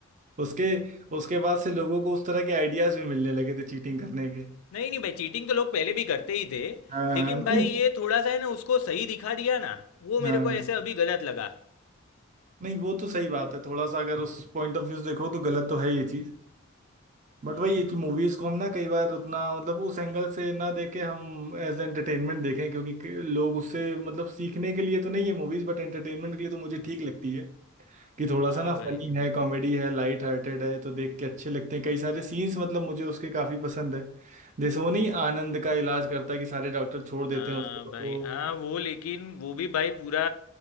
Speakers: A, on the right (about 35°); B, on the left (about 85°).
A: उसके उसके बाद से लोगों को उस तरह के आइडियाज भी मिलने लगे थे चीटिंग करने के
B: नहीं नहीं भाई चीटिंग तो लोग पहले भी करते ही थे
A: हाँ
B: लेकिन
A: हाँ नहीं
B: भाई ये थोड़ा सा है ना उसको सही दिखा दिया ना वो
A: हाँ
B: मेरे को ऐसे अभी गलत लगा
A: नहीं वो तो सही बात है थोड़ा सा अगर उस पॉइंट ऑफ व्यू से देखो तो गलत तो है ये चीज बट
B: हम्म,
A: वही है कि मूवीज को हम ना कई बार उतना मतलब उस एंगल से ना देके हम एज एंटरटेनमेंट देखें क्योंकि क- लोग उससे मतलब सीखने के लिए तो नहीं है मूवीज बट एंटरटेनमेंट के लिए तो मुझे ठीक लगती है कि थोड़ा
B: हाँ
A: सा ना फनी
B: भाई
A: है कॉमेडी है लाइट हार्टेड है तो देख के अच्छे लगते हैं कई सारे सीन्स मतलब मुझे उसके काफी पसंद है जैसे वो नहीं आनंद का इलाज करता है कि सारे डॉक्टर छोड़ देते
B: हाँ
A: हैं उसको
B: भाई
A: बट वो
B: हाँ वो लेकिन वो भी भाई पूरा